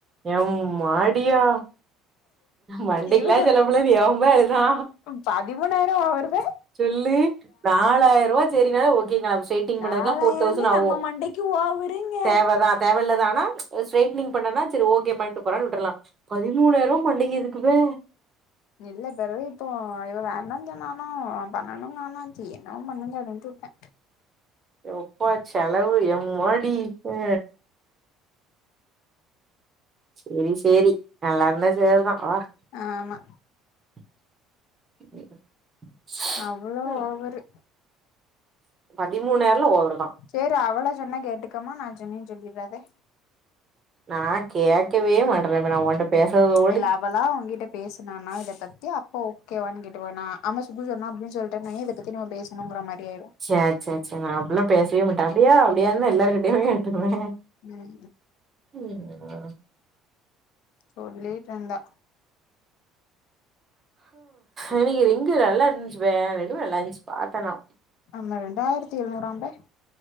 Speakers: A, on the right (about 25°); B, on the left (about 75°).
A: யம்மாடியா மண்டைக்லா
B: இவ
A: செலவு பண்லன் எவ போய் அழுதா.
B: பதிமூணாயிருவா வருது.
A: சொல்லு நாலாயிருவா செரினாதா ஓகேங்ளா செயிட்டிங் பண்ணதுக்லா
B: நாலாயிரமே
A: ஃபோர் தௌசண் ஆவு.
B: நம்ம மண்டைக்கு ஓவருங்க
A: தேவதா தேவல்லதா ஆனா அ ஸ்ட்ரெட்னிங் பண்ணனா செரி ஓகே பண்ட்டு போறான் விட்டரலா பதிமூணாயிருவா மண்டைக்கி எதுக்கு பே
B: இல்ல பெறவு இப்போ இவ வேண்டான் சொன்னானா பண்ணணுனானா சே என்னவோ பண்ணுங்க அப்டின்ட்டு உட்டே.
A: எப்பா செலவு எம்மாடி அ செரி சேரி நல்லார்ந்தா சேர்தா வா.
B: ஆமா.
A: <inaudible>
B: அவ்வுளோ
A: ம்
B: ஓவ்வரு
A: பதிமூணாயிரலா ஓவரு தா
B: சேரி அவ்வள சொன்னா கேட்டுக்கம்மா நா சொன்னேன்னு சொல்லிறாத
A: நா கேக்கவே மாட்டேன்ல மே நா ஓண்ட பேசாத உ
B: இல்ல அவளா உங்கிட்ட பேசு ப்நானா இதப்பத்தி அப்ப ஓகேவான்னு கேட்டுவ நா அமா சுப்பு சொன்னா அப்டின் சொல்ட்டன் வைய இத பத்தி நம்ம பேசுணுங்கிற மாரியாயிரு
A: ச ச ச நா அப்பிலாம் பேசவே மாட்ட அப்டியா அப்டியான்தா எல்லாருகிட்டையு கேட்டுகுவே
B: ம்
A: <unintelligible>
B: சொல்லீட்ருந்தா
A: இன்னிக்கு ரிங்கு நல்லா இருந்துச்சுப்பே ரெண்டுமே நல்லா இருந்துச்சுப்பாத்தனா
B: ஆமா ரெண்டாயிரத்தி எழுநூறாம்ப